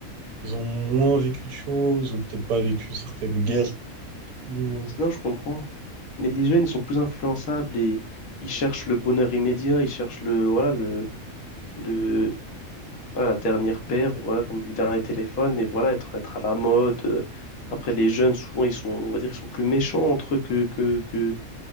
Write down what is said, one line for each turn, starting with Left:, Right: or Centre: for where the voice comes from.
Right: ils ont moins vécu de choses ou peut-être pas vécu certaines guerres.
Left: C'est-
Right: ou-
Left: Sinon, je comprends. Mais les jeunes, ils sont plus influençables et ils cherchent le bonheur immédiat, ils cherchent le, voilà, le, le, voilà, la dernière paire, ouais, comme le dernier téléphone, et voilà, être, être à la mode. euh. Après, les jeunes, souvent, ils sont, on va dire, ils sont plus méchants entre eux que, que, que,